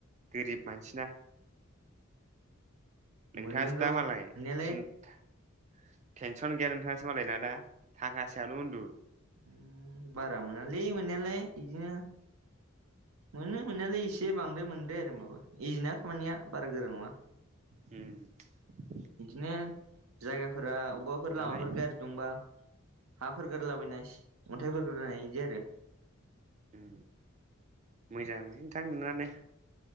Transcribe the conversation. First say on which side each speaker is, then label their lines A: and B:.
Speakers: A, on the right; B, on the right.
A: गोरिब मानसिना। नोंथाङासो
B: मोनगोन र'
A: दा मालाय
B: मोननायालाय
A: सिन्था टेनसन गैया नोंथाङासो मालाय ना दा? थाखा सायावनो उन्दु।
B: ओम बारा मोनालै मोननायालाय बिदिनो मोनो मोननायालाय एसे बांद्राय मोनद्राया आरो होनबा बो इजिना खामानिया बारा गोरा नङा।
A: उम
B: बिदिनो जायगाफोरा अबेबाफोर लामाफोर
A: मानाय
B: गाज्रि दंबा हाफोर गोरलाबायनाय अन्थाइफोर रोगानाय बिदि आरो
A: ओम मोजां लै नोंथां नोंनानो।